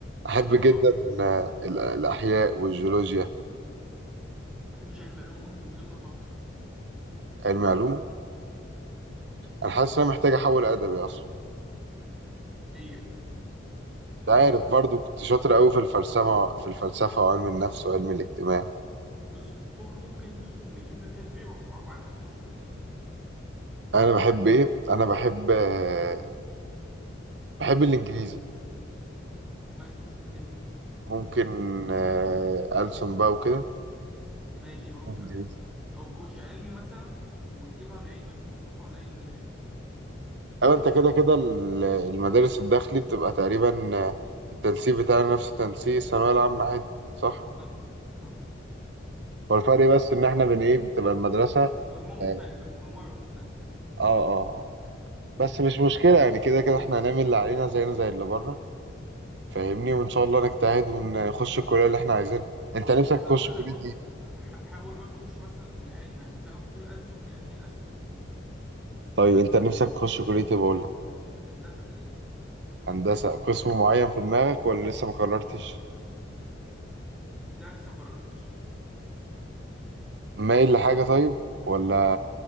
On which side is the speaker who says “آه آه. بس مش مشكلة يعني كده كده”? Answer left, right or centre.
Right